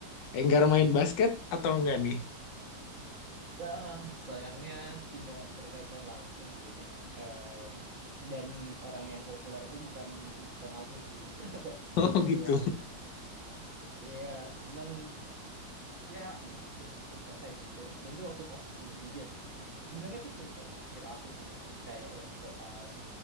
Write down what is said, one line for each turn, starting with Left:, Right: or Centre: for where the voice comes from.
Left: Enggar main basket atau enggak nih? <laughs>
Right: Ah, sayangnya tidak berkaitan langsung sih. Em, dan orang yang populer itu bukan bukan aku sih, <laughs> Aku-
Left: Oh
Right: kebetulan.
Left: gitu.
Right: Iya, cuman ya ada sih cerita-cerita kayak gitu. Dan itu waktu kelas 10 juga sih. Sebenarnya itu cerita terakhir aku sih, Kak. Kayak yang soal